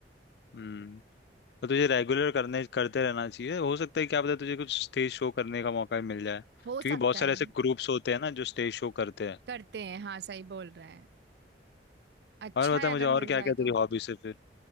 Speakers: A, on the left (about 65°); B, on the right (about 65°).
A: हम्म तो तुझे रेगुलर करने करते रहना चाहिए हो सकता है क्या पता तुझे कुछ स्टेज शो करने का मौका मिल जाए
B: हो
A: क्योंकि
B: सकता
A: बहुत सारे
B: है
A: ऐसे ग्रुप्स होते हैं ना जो स्टेज शो करते हैं
B: करते हैं हाँ सही बोल रहा है अच्छा
A: और बता
B: है
A: मुझे
B: अगर
A: और
B: मिल
A: क्या
B: जाए
A: क्या तेरी
B: तो
A: हॉबीज है फिर